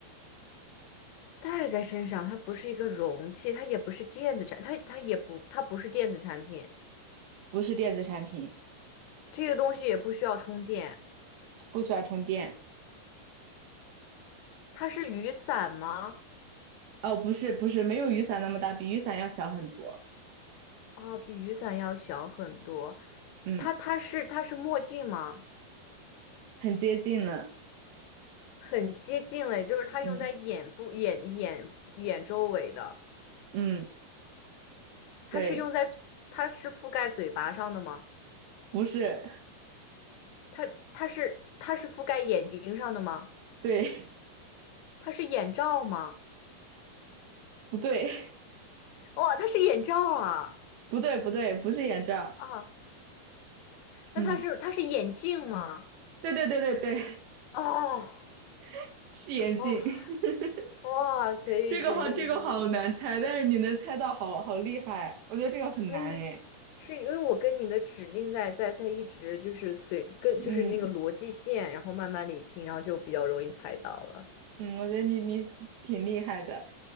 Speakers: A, on the left (about 80°); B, on the right (about 75°).
A: 戴在身上，它不是一个容器，它也不是电子产，它它也不，它不是电子产品，
B: 不是电子产品。
A: 这个东西也不需要充电。
B: 不需要充电。
A: 它是雨伞吗？
B: 哦，不是不是，没有雨伞那么大，比雨伞要小很多。
A: 哦，比雨伞要小很多。
B: 嗯，
A: 它它是它是墨镜吗？
B: 很接近呢。
A: 很接近了，也就是它用在眼部、
B: 嗯
A: 眼眼眼周围的。
B: 嗯，
A: 它是用在，
B: 对，
A: 它是覆盖嘴巴上的吗？
B: 不是，
A: 它它是它是覆盖眼睛上的吗？
B: 对，
A: 它是眼罩吗？
B: <laughs> 不对，
A: 哇、它是眼罩啊！
B: 不对，不对，不是眼罩。
A: 啊！那它是它是眼镜吗？
B: 嗯，对对对对对，
A: 哦，
B: <laughs> 是眼镜。
A: 哇
B: <laughs>
A: 哇，可以可以可以，
B: 这个好，这个好难猜，但是你能猜到好，好厉害。我觉得这个很难诶。
A: 可以，是因为我跟你的指令在在在一直就是随跟就是那个逻辑线，
B: 嗯
A: 然后慢慢理清，然后就比较容易猜到了
B: 嗯，我觉得你你挺厉害的。